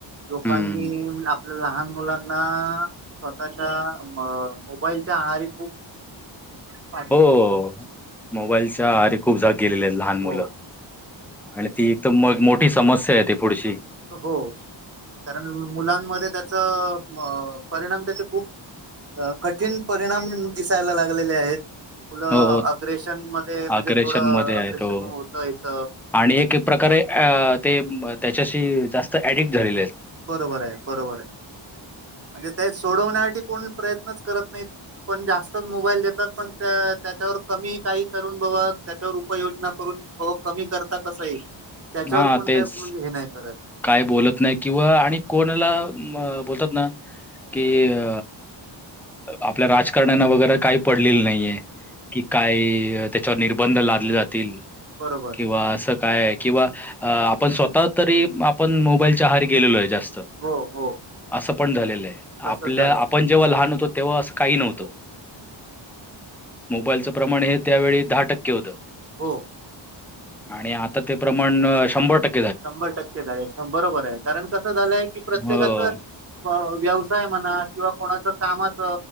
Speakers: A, on the right; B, in the centre.
A: लोकांनी
B: हम्म
A: आप आपल्या लहान मुलांना स्वतःच्या म् मोबाईलच्या आहारी खूप ह <inaudible>
B: हो मोबाईलच्या आहारी खूप जा गेलेले आहेत लहान
A: हो
B: मुलं आणि ती तर मग मोठी समस्या आहेे ती ते पुढशी
A: हो कारण मुलांमध्ये त्याचा परिणाम त्याचे खूप अ कठीण परिणाम दिसायला लागलेले आहेत. मुलं
B: हो हो
A: अग्रेशन मध्ये म्हणजे
B: आग्रेशन
A: थोडं
B: मध्ये आहेत
A: अग्रेशन
B: हो.
A: होतं इथ
B: आणि एक एक प्रकारे अ ते त्याच्याशी जास्त ऍडिक्ट झालेले आहेत.
A: बरोबर आहे, बरोबर आहे, म्हणजे त्या सोडवण्यासाठी कोण प्रयत्नच करत नाहीत. पण जास्तच मोबाईल देतात, पण त्या त्याच्यावर कमी काही करून बघ त्याच्यावर उपययोजना करून हो कमी करता कसं येईल, त्याच्यावर
B: हां
A: कोण
B: तेच.
A: काय म्हणजे हे नाही करत
B: काय बोलत नाही किंवा आणि कोणाला बोलतात ना कि अ आपल्या राजकारन्यांना वगैरे काही पडलेली नाही. <inaudible> कि काय त्याच्यावर निर्बंध लादले जातील.
A: बरोबर.
B: किंवा असं काय आहे किंवा आपण स्वतः तरी आपण मोबाईलच्या आहारी गेलेलो आहे जास्त.
A: हो हो
B: असं पण झालेलंय.
A: तसच
B: आपल्या
A: झालं
B: आपण जेव्हा लहान होतो तेव्हा असं काही
A: हो
B: नव्हतं.
A: हो
B: मोबाईलचं प्रमाण हे त्यावेळी दहा टक्के होतं.
A: हो.
B: आणि आता ते प्रमाण शंभर टक्के
A: शंभर टक्के झाले बरोबर आहे कारण कसं झालंय की प्रत्येकाचं
B: हो,
A: व्यवसाय म्हणा किंवा कोणाच कामाच